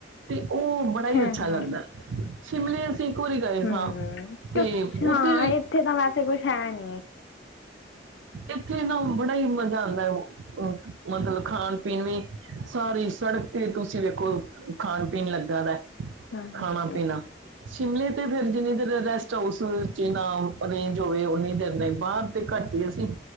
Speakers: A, on the right; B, on the left.
A: ਤੇ ਉਹ ਬੜਾ ਹੀ
B: ਹਮ
A: ਅੱਛਾ
B: ਹਮ
A: ਲੱਗਦਾ। ਸ਼ਿਮਲੇ ਅਸੀਂ ਇੱਕ ਵਾਰੀ ਗਏ
B: ਹਮ
A: ਸਾਂ, ਤੇ
B: ਕੁਛ ਹਾਂ
A: ਉੱਥੇ-
B: ਇੱਥੇ ਤਾਂ ਵੈਸੇ ਕੁਛ ਹੈ ਨੀ।
A: ਇੱਥੇ ਨਾ ਬੜਾ ਈ ਮਜ਼ਾ ਆਦਾ ਓ, ਓ ਮਤਲਬ ਖਾਣ-ਪੀਣ ਵੀ ਸਾਰੀ ਸੜਕ ਤੇ ਤੁਸੀਂ ਵੇਖੋ ਖਾਣ-ਪੀਣ ਲੱਗਾ ਦੈ,
B: ਹਾਂਜੀ
A: ਖਾਣਾ-ਪੀਣਾ। ਸ਼ਿਮਲੇ ਤੇ ਫੇਰ ਜਿੰਨੀ ਦੇਰ ਰੈਸਟ ਹਾਊਸ ਚ ਨਾ ਅਰੇਂਜ ਹੋਵੇ ਓਨੀ ਦੇਰ ਨੀ ਬਾਰ ਤੇ ਕਰਦੇ ਅਸੀਂ